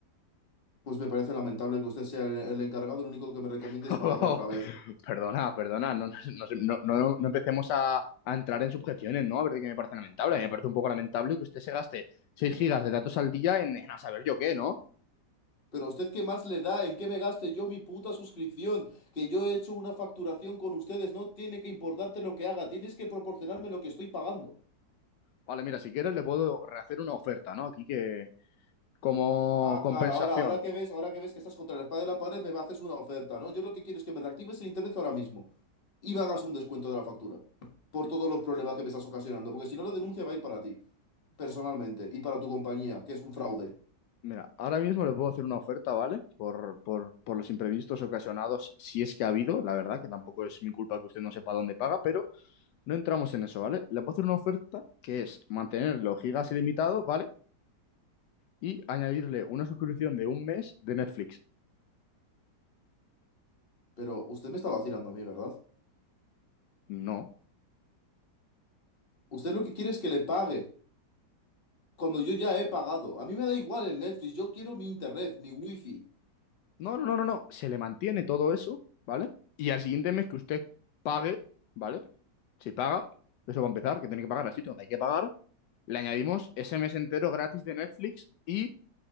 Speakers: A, on the left (about 35°); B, on the left (about 80°).
A: Pues me parece lamentable que usted sea el, el encargado, lo único que me recomienda
B: <laughs>
A: es pagarle otra vez.
B: Perdona, perdona, no, no- no- no- no no empecemos a, a entrar en subjeciones, ¿no? A ver de qué me parece lamentable. A mí Me parece un poco lamentable que usted se gaste 6 gigas de datos al día en, en a saber yo qué, ¿no?
A: Pero a usted qué más le da, en qué me gaste yo mi puta suscripción, que yo he hecho una facturación con ustedes, no tiene que importarte lo que haga, tienes que proporcionarme lo que estoy pagando.
B: Vale, mira, si quieres le puedo rehacer una oferta, ¿no? Aquí que como
A: Ah,
B: compensación.
A: claro, ahora, ahora que ves, ahora que ves que estás contra la espada de la pared, me haces una oferta, ¿no? Yo lo que quiero es que me reactives el internet ahora mismo y me hagas
B: Ah,
A: un descuento de la factura por todos los problemas que me estás ocasionando, porque si no la denuncia va a ir para ti, personalmente, y para tu compañía, que es un fraude.
B: Mira, ahora mismo le puedo hacer una oferta, ¿vale? Por, por, por los imprevistos ocasionados, si es que ha habido, la verdad, que tampoco es mi culpa que usted no sepa dónde paga, pero no entramos en eso, ¿vale? Le puedo hacer una oferta que es mantenerlo gigas ilimitado, ¿vale? Y añadirle una suscripción de un mes de Netflix.
A: Pero usted me está vacilando a mí, ¿verdad?
B: No.
A: Usted lo que quiere es que le pague, cuando yo ya he pagado. A mí me da igual el Netflix, yo quiero mi internet, mi wifi.
B: No, no, no, no, no. Se le mantiene todo eso, ¿vale? Y al siguiente mes que usted pague, ¿vale? Si paga, eso va a empezar, que tiene que pagar así, donde hay que pagar, le añadimos ese mes entero gratis de Netflix y